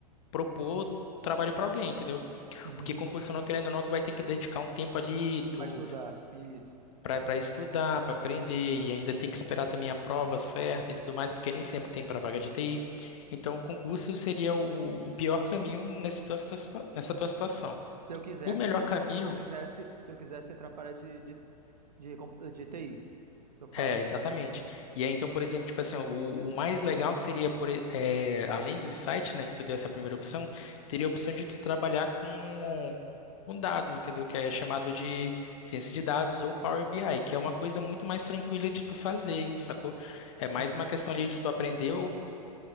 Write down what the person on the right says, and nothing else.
uhum.
Para estudar. Isso.
Se eu quisesse,
se eu,
quis- se eu quisesse, se eu quisesse entrar para a área de, de, de, computa- de TI, eu falo.
Uhum,
uhum,